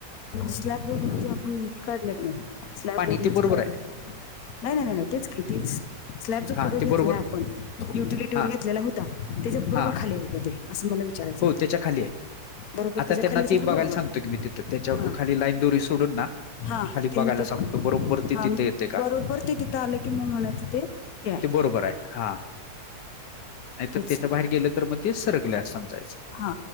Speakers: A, on the left (about 60°); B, on the left (about 75°).
A: स्लॅब वर जे आपण नेमकी काढले क नाही स्लॅब
B: पाणी
A: वण
B: ते
A: ज
B: बरोबर
A: काढलं
B: आहे
A: नाही नाही नाही नाही तेच कि तीच स्लॅबच
B: हा
A: फोटो
B: ते
A: घेतलाय
B: बरोबर
A: आपण युटिलिटी
B: हा
A: वर घेतलेला होता त्याच्या बरोबर
B: हा
A: खाली आहे का ते असं मला विचारायचं
B: हो
A: आहे
B: त्याच्या खाली आहे
A: बरोबर
B: आता
A: त्याच्या
B: त्यांना
A: खाली असेल
B: तेी
A: तर
B: बघायला
A: बरोबर
B: सांगतोय
A: आहे
B: की मी तिथं त्याच्या
A: हा
B: खाली लाईन दुरी सोडून ना
A: हा
B: खाली बघायला
A: ते ते
B: सांगतो बरोबर ते
A: हा
B: तिथे येते का
A: बरोबर ते तिथे आले की मग म्हणायचं ते हे आहे
B: ते बरोबर आहे हा नाहीर
A: तेच
B: त्याच्या
A: की
B: बाहेर गेलं तर मग ते सरकले असं समजायचं
A: हा